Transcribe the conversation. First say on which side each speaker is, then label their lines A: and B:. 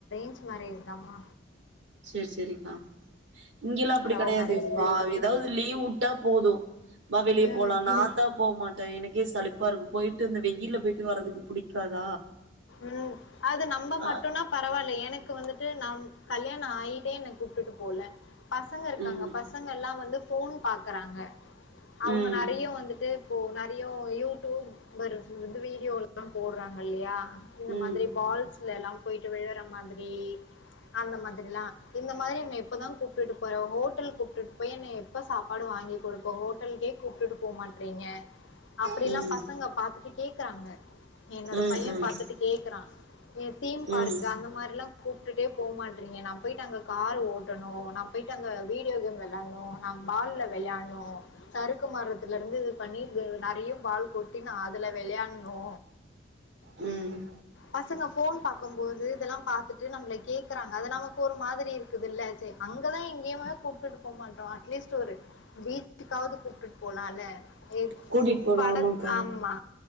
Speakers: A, on the left (about 80°); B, on the right (about 75°).
A: ஜ் மேரேஜ் தாமா
B: சர் சரிக்கா இங்கெல்லாம் அப்டி
A: லவ்
B: கெடையாது.
A: மேரேஜ்லாம்
B: வா
A: இல்ல
B: ஏதாவது லீவ் வுட்டா போதும் வா வெளிய
A: ம்,
B: போலாம் நான் தான் போமாட்டேன் எனக்கே சலிப்பா இருக்கும். போயிட்டு இந்த வெயில்ல போயிட்டு வர்றதுக்கு புடிக்காதா
A: உம் அது நம்ம மட்டுனா
B: ஆ
A: பரவால்ல எனக் க்கு வந்துட்டு நம் கல்யாணம் ஆயிட்டே என்ன கூப்டுட்டு போல பசங்க இருக்காங்க
B: ம்
A: பசங்க எல்லாம் வந்து ஃபோன் பாக்கறாங்க அவங்க
B: ம்
A: நெறைய வந்துட்டு இப்போ நெறைய யூடியூப் வருசு வந்து வீடியோல்லாம் போடுறாங்க இல்லையா இந்த
B: ம்
A: மாதிரி பால்ஸ்ல எல்லா போயிட்டு விழுற மாதிரி அந்த மாதிரிலா, இந்த மாதிரி என்ன எப்பதா கூப்புட்டுட்டு போற ஹோட்டல் கூப்புட்டுட்டு போய் என்ன எப்ப சாப்பாடு வாங்கி குடுப்ப ஹோட்டலுக்கே கூப்ட்டுட்டு போ மாட்றீங்க அப்படி
B: ம்
A: எல்லா பசங்க பாத்துட்டு கேக்குறாங்க என்னோட
B: ம்
A: பைய பாத்துட்டு க்குறா ஏ தீம் பார்க்
B: ம்
A: அந்த மாரில்லா கூப்ட்டுட்டே போ மாட்டறீங்க. நா போயிட்டு அங்க கார் ஓட்டணு நா போயிட்டு அங்க வீடியோ கேம் வெளாட்ணு, நா பால்ல வெளையாட்ணு சறுக்கு மரத்துல இருந்து இது பண்ணி இது நறைய பால் கொட்டி நா அதுல வெளையாட்னு
B: ம் ம்
A: பசங்க ஃபோன் பாக்கும்போது இதெல்லா பாத்துட்டு நம்பள கேக்குறாங்க அது நமக்கு ஒரு மாதிரி இருக்குது இல்ல சேரி அங்கதா எங்கேயுமே கூப்பிட்டு போமாட்றோ, அட்லீஸ்ட் ஒரு பீச்சுக்காவது கூப்ட்டுட்டு போலால்ல. இது
B: கூட்டிட்டு போலா
A: பட
B: ஆமாக்கா
A: ஆமா